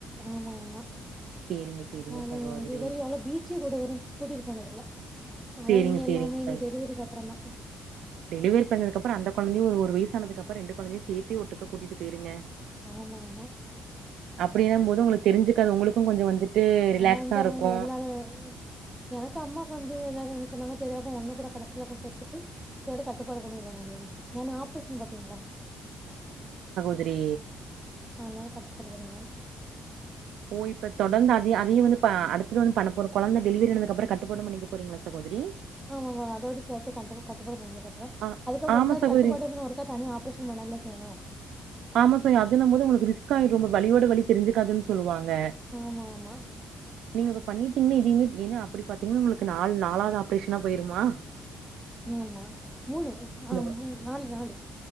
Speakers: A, in the centre; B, on the right.
A: ஆமா ஆமா
B: சேரிங்க சேரிங்க
A: ஆனா
B: சகோதரி
A: இங்க இதுவரையு அவள பீச்சுக்கூட இதுவரையு கூட்டிட்டு போனதில்ல அதான்
B: சேரிங்க
A: இனி
B: சேரிங்க
A: எல்லாமே இனி
B: சக
A: டெலிவரிக்கு அப்புறம் தான்.
B: டெலிவரி பண்ணதுக்கப் பற அந்த கொழந்தையு ஒரு ஒரு வயசானதுக்கப்றோ ரெண்டு கொழந்தையு சேத்தி ஒட்டுக்கா கூட்டிட்டு போயிருங்க
A: ஆமா ஆமா
B: அப்டின்னும் போது உங்களுக்கு தெரிஞ்சுக்காது உங்களுக்கு கொஞ்சோ வந்துட்டு ரிலாக்ஸா
A: ஆ இந்த
B: இருக்கு
A: எல்லாரு எனக்கு அம்மா ஃபேமிலில எல்லாரு எ ன்ன சொன்னாங்க சரி அப்ப ஒன்னு கூட கடைசில அப்ப பெத்துட்டு இதோட கட்டுப்பாடு பண்ணிறாங்க அப்டின்னு ஏன்னா ஆப்ரேஷன் பாத்தீங்களா
B: தரி
A: அதனால கட்டுப்பாடு பண்ணிறலான்னு
B: ஓ இப்ப தொடர்ந்து அதையு அதையு வந்து இப்ப அடுத்து வந்து பண்ண போற கொழந்த டெலிவரியானதுக்கப்புறோ கட்டுப்பாடும் பண்ணிக்க போறீங்களா சகோதரி
A: ஆமாப்பா அதோட சேத்தே கண்டிப்பா கட்டுப்பாடு பண்ணிர ப்போற
B: ஆ
A: அதுக்கப்றோ
B: ஆமா
A: ரெண்டாவது
B: சகோதரி
A: கட்டுப்பாடுனா ஒருக்கா தனியா ஆப்ரேஷன் பண்ணல்ல செய்யணு
B: ஆமா சரி அதுன்னும்போது உங்களுக்கு ரிஸ்க் ஆயிரு ரொம்ப வலியோட வலி தெரிஞ்சுக்காதுன்னு சொல்லுவாங்க
A: ஆமா ஆமா
B: நீங்க இப்ப பண்ணிட்டீங்கன்னா இதையுமே ஏன்னா அப்படி பாத்தீங்கன்னா உங்களுக்கு நாலு நாலாவது ஆப்ரேஷனா போயிருமா
A: ஆமா மூணு
B: இந்த
A: ஆ மூ நாலு நாலு